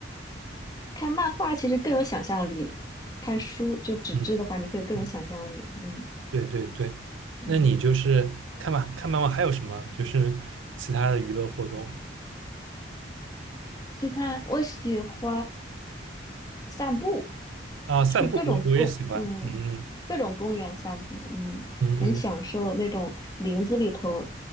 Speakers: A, on the left; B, on the right.
A: 看漫画其实更有想象力，看书就纸质的话，
B: 嗯。
A: 你会更有想象力，
B: 嗯
A: 嗯
B: 对对对，
A: 嗯。
B: 那你就是看吧，看妈妈还有什么？就是其他的娱乐活动
A: 其他我喜欢散步，
B: 啊，散步我我也喜欢，
A: 去各种公，嗯，
B: 嗯
A: 各种公园散步，嗯，
B: 嗯嗯
A: 很享受那种林子里头，